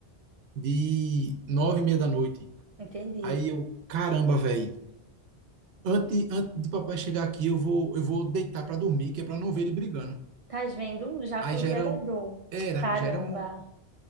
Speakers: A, on the right; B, on the right.
A: de nove e meia da noite.
B: entendi.
A: Aí eu, caramba, velho. Antes, antes do papai chegar aqui, eu vou, eu vou deitar pra dormir, que é pra não ver ele brigando.
B: Estás vendo? Já
A: Aí
B: fugia
A: já era,
B: da
A: um-
B: dor.
A: era,
B: Caramba.
A: já era um,